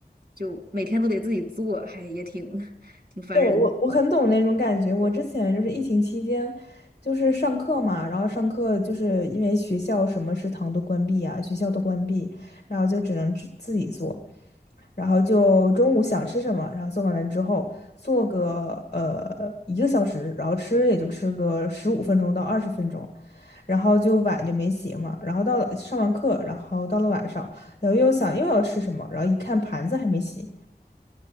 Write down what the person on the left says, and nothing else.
对，我我很懂那种感觉。我之前就是疫情期间，就是上课嘛，然后上课就是因为学校什么食堂都关闭啊，学校都关闭，然后就只能自自己做，然后就中午想吃什么，然后做完了之后做个呃一个小时，然后吃也就吃个十五分钟到二十分钟，然后就碗就没洗嘛，然后到了上完课，然后到了晚上，然后又想又要吃什么，然后一看盘子还没洗，